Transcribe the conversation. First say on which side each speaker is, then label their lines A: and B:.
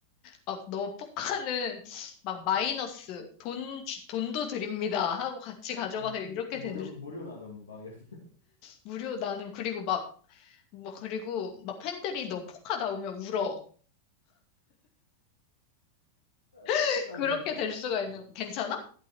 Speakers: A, on the left; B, on the left.
A: 막 너 포카는 <laughs> 막 마이너스 돈 주- 돈도 드립니다 하고 같이 가져가세요
B: 음,
A: 이렇게
B: 무료
A: 되는
B: 무료 나눔 막 이렇게.
A: 무료 나눔 그리고 막 뭐 그리고 막 팬들이 너 포카 나오면 울어
B: 아,
A: <laughs>
B: 난
A: 그렇게
B: 괜찮아.
A: 될 수가 있는
B: 그래도.
A: 괜찮아?